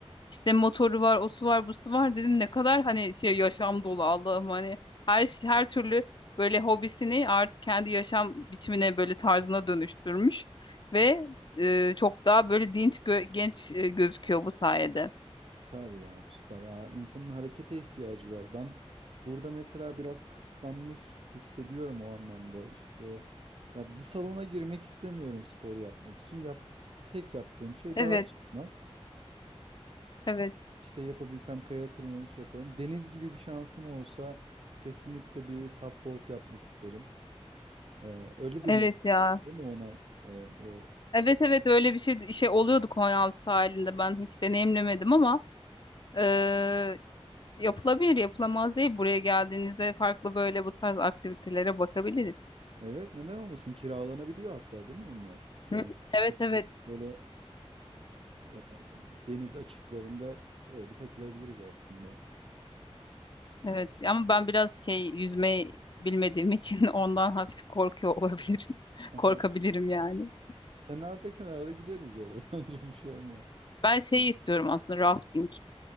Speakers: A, on the left; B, on the right.
A: işte motoru var, o su var, bu su var dedim ne kadar hani şey yaşam dolu Allah'ım hani her her türlü böyle hobisini artık kendi yaşam biçimine böyle tarzına dönüştürmüş ve e, çok daha böyle dinç gö- genç e, gözüküyor bu sayede.
B: Süper ya, süper ya. İnsanın harekete ihtiyacı var. Ben burada mesela biraz kısıtlanmış hissediyorum o anlamda. İşte ya bir salona girmek istemiyorum spor yapmak için. Yap, tek yaptığım şey
A: Evet,
B: dağa çıkmak.
A: evet.
B: İşte yapabilsem kaya tırmanış yaparım. Deniz gibi bir şansım olsa kesinlikle bir supboard yapmak isterim. Ee, öyle deniyor
A: Evet ya.
B: değil mi ona? Ee, o
A: Evet evet öyle bir şey şey oluyordu Konyaaltı sahilinde ben hiç deneyimlemedim ama eee, yapılabilir yapılamaz değil buraya geldiğinizde farklı böyle bu tarz aktivitelere bakabiliriz.
B: evet neden olmasın kiralanabiliyor hatta değil mi onlar? Yani
A: Hı. Evet
B: <laughs>
A: evet
B: böyle e, deniz açıklarında öyle takılabiliriz aslında.
A: evet ama ben biraz şey yüzmeyi bilmediğim için <laughs> ondan hafif korkuyor olabilirim. <laughs>
B: Ha,
A: Korkabilirim yani.
B: kenarda kenarda gideriz böyle <laughs> bence bir şey olmaz.
A: Ben şey istiyorum aslında rafting.